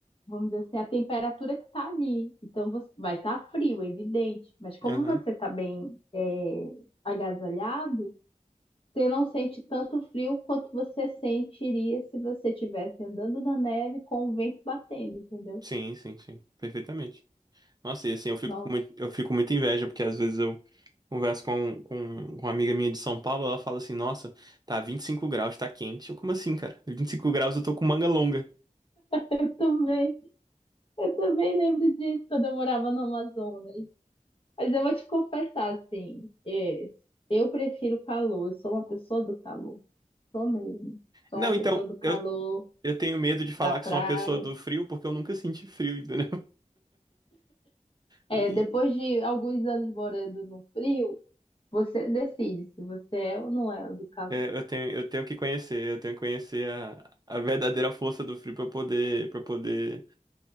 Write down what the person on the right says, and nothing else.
Aham.
Sim, sim, sim. Perfeitamente. Nossa, e assim, eu fico
com muito, eu fico com muita inveja, porque às vezes eu Converso com, com, com uma amiga minha de São Paulo, ela fala assim, nossa, tá 25 graus, tá quente. Eu, como assim, cara? 25 graus eu tô com manga longa.
Não,
então,
eu, eu tenho medo de falar
que sou uma pessoa do frio, porque eu nunca senti frio, <laughs> entendeu?
E
é, eu tenho, eu tenho que conhecer, eu tenho que conhecer a, a verdadeira força do frio pra eu poder, para poder